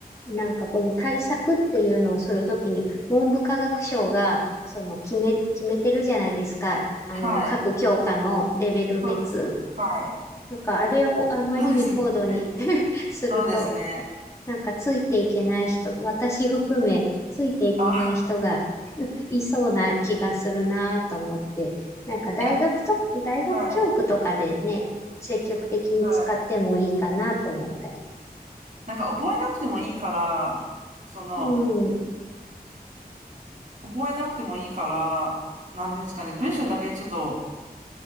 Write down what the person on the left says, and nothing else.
なんかこの対策っていうのをするときに、文部科学省が、その決め、決めてるじゃないですか。あの、
各教科のレベル別。
なんかあれをあまりに高度に
<laughs> すると、
なんかついていけない人、私含めついていけない人が
いそうな気がするなと思って、なんか大学と、
大学教育とかでね、
積極的に使ってもいいかなと思ったり。
うん。